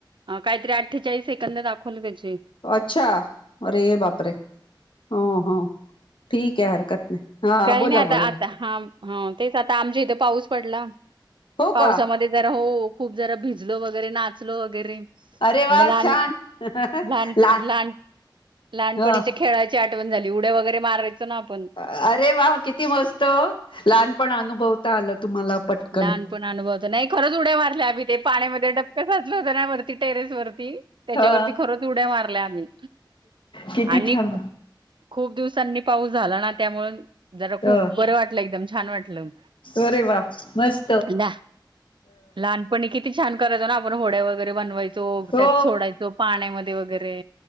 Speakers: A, on the right; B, on the left.
A: अ काहीतरी अठ्ठेचाळीस सेकंद दाखवले त्याचे.
B: अच्छा अरे बापरे हो हो ठीक आहे हरकत नाही हा
A: काही
B: बोला
A: नाही आता
B: बोला
A: आता हा हा. तेच आता आमच्या इथे पाऊस पडला
B: हो
A: पावसामध्ये
B: का
A: जरा हो खूप जरा भिजलो वगैरे नाचलो वगैरे.
B: अरे वा
A: म लहान
B: छान
A: लान
B: ला
A: -लहान लहानपणीच्या
B: ह
A: खेळा ची आठवण झाली उड्या वगरै मारायचो ना. आपण
B: अरे वा किती मस्त लहानपण अनुभवता आलं तुम्हाला. पटकन
A: लहान पण अनुभव होत नाय खरंच उड्या मारल्या आम्ही ते पाण्यामध्ये डपक साचल होतं ना वरती टेरेस वरती. त्याच्यावरती
B: हा
A: खरच उड्या मारल्या आम्ही.
B: किती
A: आणि
B: छान.
A: खूप दिवसांनी पाऊस झाला ना त्यामुळं जरा
B: अ
A: खूप बरं वाटलं एकदम छान वाटलं.
B: अरे वा मस
A: दा लहानपणी किती छान करायचो ना आपण होड्या वगैरे बनवायचो
B: हो
A: त्यात सोडाय चो पाण्यामध्ये वगैरे.